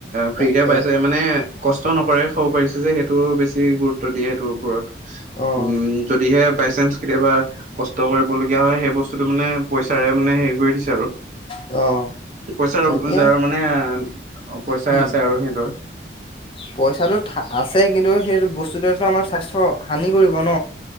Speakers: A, on the right; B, on the left.
A: ফ্ৰীতে
B: তাকে
A: পাইছে মানে কষ্ট নকৰাই খাব পাৰিছে যে সেইটো বেছি গুৰুত্ব দিয়ে সেইটোৰ ওপৰত।
B: অ',
A: উম' যদিহে বাইচাঞ্চ কেতিয়াবা। কষ্ট কৰিবলগীয়া হয় সেই বস্তুটো মানে পইচাৰে মানে হেৰি কৰি দিছে আৰু।
B: অ',
A: পইচা
B: তাকে
A: যাৰ মানে অ পইচা
B: উম,
A: আছে আৰু সিহঁতৰ
B: পইচাটো থা- আছে কিন্তু সেই বস্তুটোৱেতো আমাৰ স্বাস্থ্য হানি কৰিব ন।